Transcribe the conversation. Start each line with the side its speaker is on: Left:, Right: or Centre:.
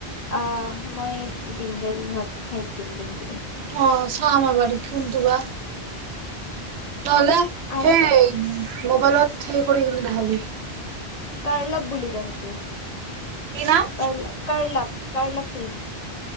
Left: অহ', মই দিম দাৰত <unintelligible> সেই দিম দিনটো দিম
Right: অহ ', চাম আৰু একবাৰ। কিন্ত বা নহলে
Left: আৰু
Right: সেই
Left: এটা
Right: মোবাইলত। থে কৰি কিন্তু দেখাবি।
Left: কাৰ্লব বুলি কৈ হেতো।
Right: কি নাম
Left: curl up -curl up cream.